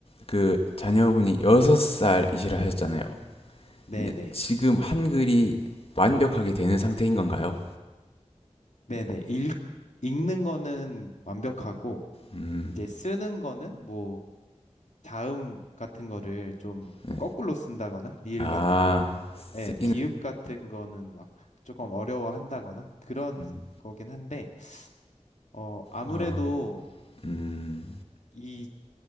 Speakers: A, on the left (about 55°); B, on the left (about 80°).
A: 그 자녀분이 여섯 살이시라 하셨잖아요.
B: 네네.
A: 근데 지금 한글이 완벽하게 되는 상태인 건가요?
B: 네네. 읽, 읽는 거는 완벽하고,
A: 음,
B: 이제 쓰는 거는 뭐, 자음 같은 거를 좀
A: 네.
B: 거꾸로 쓴다거나, 리을
A: 아,
B: 같은 거,
A: 쓰기는,
B: 예, 비읍 같은 거는 막 조금 어려워한다거나, 그런
A: 음,
B: 거긴 한데, 어, 아무래도
A: 아, 음,
B: 이